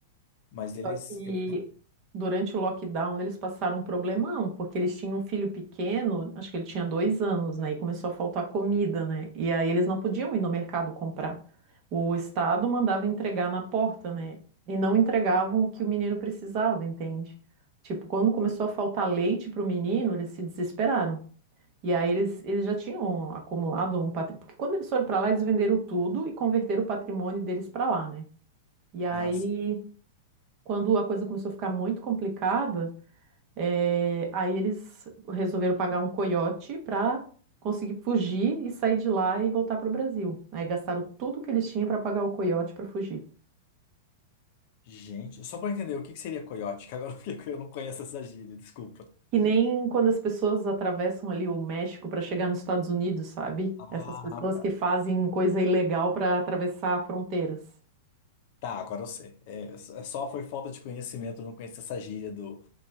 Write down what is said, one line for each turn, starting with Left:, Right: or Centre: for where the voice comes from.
Left: Mas
Right: Só
Left: eles,
Right: que
Left: eles-
Right: durante o lockdown eles passaram um problemão, porque eles tinham um filho pequeno, acho que ele tinha dois anos, né? E começou a faltar comida, né? E aí eles não podiam ir no mercado comprar. O estado mandava entregar na porta, né? E não entregavam o que o menino precisava, entende? Tipo, quando começou a faltar leite para o menino, eles se desesperaram. E aí eles, eles já tinham acumulado um patrimônio. Porque quando eles foram para lá, eles venderam tudo e converteram o patrimônio deles para lá, né? E aí
Left: Ah,
Right: quando a coisa começou a ficar muito complicada, eh, aí eles resolveram pagar um coiote para conseguir fugir e sair de lá e voltar para o Brasil. Aí gastaram tudo que eles tinham para pagar o coiote para fugir.
Left: gente, só para entender o que que seria coiote, que agora eu fiquei- eu não conheço essa gíria, desculpa.
Right: Que nem quando as pessoas atravessam ali o México para chegar nos Estados Unidos, sabe?
Left: Ah,
Right: Essas pessoas
Left: tá.
Right: que fazem coisa ilegal para atravessar fronteiras.
Left: Tá, agora eu sei. É, é só foi falta de conhecimento, eu não conhecia essa gíria do,